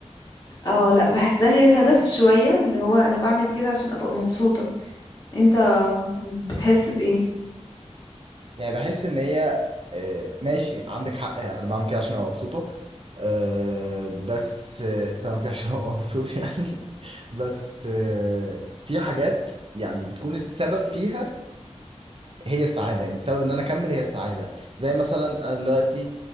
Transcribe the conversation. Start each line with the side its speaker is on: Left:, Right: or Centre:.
Left: اه لا بحسها هي الهدف شوية اللي هو انا بعمل كده عشان ابقى مبسوطة انت بتحس بايه
Right: يعني بحس ان هي آه، ماشي عندك حق يعني انا بعمل كده عشان ابقى مبسوطه آه، بس آه، بعمل كده عشان ابقى مبسوط يعني <laughs> بس آه، في حاجات يعني بتكون السبب فيها هي السعادة يعني السبب ان انا اكمل هي السعادة زي مثلا انا دلوقتي